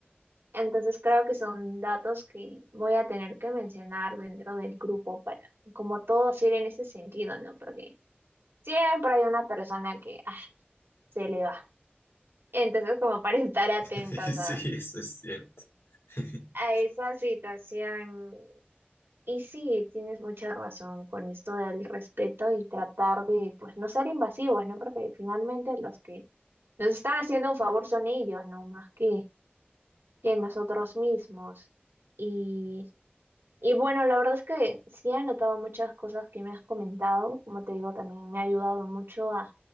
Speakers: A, on the right; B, on the left.
A: entonces creo que son datos que voy a tener que mencionar dentro del grupo para como todo hacer en ese sentido, ¿no? Porque siempre hay una persona que ah, se le va. Entonces como para <laughs> estar atentas
B: <laughs> Y sí,
A: a,
B: eso es cierto. <laughs>
A: a esa situación. Y sí, tienes mucha razón con esto del respeto y tratar de pues no ser invasivos, ¿no? Porque finalmente los que nos están haciendo un favor son ellos, ¿no? Más que que nosotros mismos. Y, y bueno, la verdad es que sí he anotado muchas cosas que me has comentado. Como te digo, también me ha ayudado mucho a